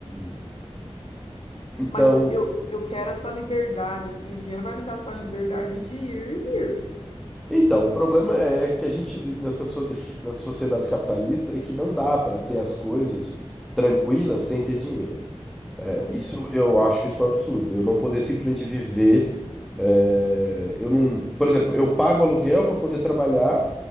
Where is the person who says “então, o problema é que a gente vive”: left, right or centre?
Centre